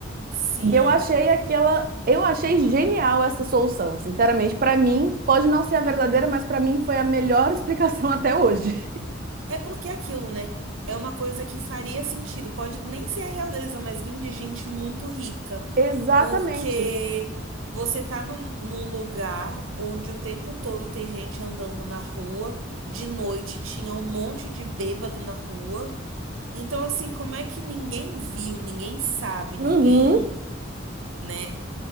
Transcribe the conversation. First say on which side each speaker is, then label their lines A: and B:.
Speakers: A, on the right; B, on the right.
A: sim.
B: E eu achei aquela, eu achei genial essa solução. Sinceramente, para mim, pode não ser a verdadeira, mas para mim foi a melhor explicação <laughs> até hoje.
A: É porque é aquilo, né? É uma coisa que faria sentido. Pode nem ser a realeza, mas vim de gente muito rica.
B: Exatamente.
A: Porque você tá num, num lugar onde o tempo todo tem gente andando na rua, de noite tinha um monte de bêbado na rua. Então, assim, como é que ninguém viu, ninguém sabe, ninguém,
B: Uhum.
A: né?